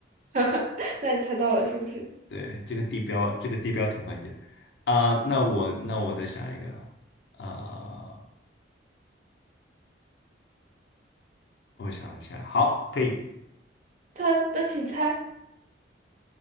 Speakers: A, on the right (about 40°); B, on the left (about 70°).
A: <laughs> 那你猜到了是不是？
B: 对，这个地标，这个地标挺关键的啊、那我那我再想一个啊、我想一下，好，可以
A: 猜，那请猜。